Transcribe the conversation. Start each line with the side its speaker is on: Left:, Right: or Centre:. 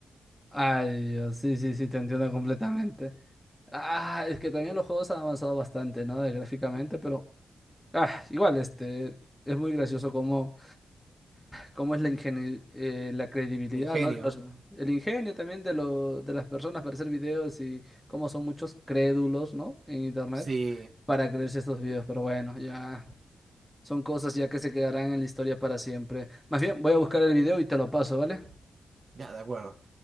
Centre: Ay, Dios, sí, sí, sí, te entiendo completamente. Ah, es que también los juegos han avanzado bastante, ¿no? De gráficamente, pero ah, igual, este, es muy gracioso como cómo es la ingeni- eh, la credibilidad,
Right: Mi Ingenio.
Centre: ¿no? De los- el ingenio también de, lo- de las personas para hacer videos y cómo son muchos crédulos, ¿no? En internet
Right: Sí,
Centre: para creerse estos videos, pero bueno, ya son cosas ya que se quedarán en la historia para siempre. Más bien, voy a buscar el video y te lo paso, ¿vale?
Right: ya, de acuerdo.